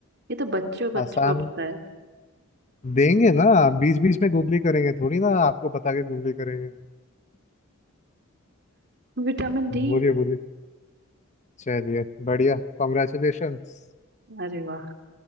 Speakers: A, on the right; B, on the left.
A: ये तो बच्चों बच्चों
B: आसान
A: को पता है
B: देंगे ना बीच बीच में गूगली करेंगे थोड़ी ना आपको बता के गूगली करेंगे
A: Vitamin D
B: बोलिए बोलिए चलिए बढ़िया कॉन्ग्रेचुलेशंस
A: अरे वाह